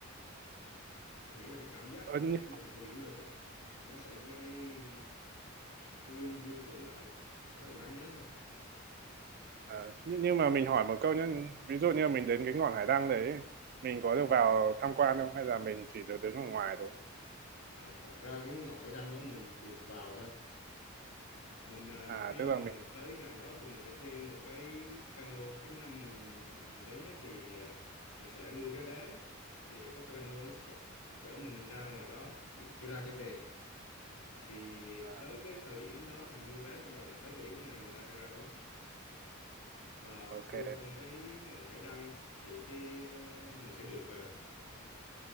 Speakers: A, on the left; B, on the right.
A: nghĩa là cái cảm giác
B: Ờ,
A: mà
B: nhưng,
A: khi mà một người du lịch ấy, nó sẽ ghi- lưu lưu trữ lại rất là đáng nhớ ha.
B: à, nhưng nhưng mà mình hỏi một câu nhé, ví dụ như mình đến cái ngọn hải đăng đấy, mình có được vào tham quan không hay là mình chỉ được đứng ở ngoài thôi?
A: à, thật ra cái ngọn hải đăng đó mình được vào ha mình à,
B: À,
A: đầu tiên
B: tức là
A: là
B: mình,
A: mình tới gần đó thì mình sẽ thuê một cái cano cái năm mình mình đến nhé thì à, mình sẽ mua cái vé để có cái cano nó sẽ chở, chở mình ra ngoài đó chỉ, chỉ ra trở về thì
B: à,
A: tới cái thời điểm đó thì mình mua vé xong rồi là tới thời điểm là người ta sẽ ra đón và
B: ok,
A: vô trong cái ngọn hải đăng thì cái à, mình sẽ được à,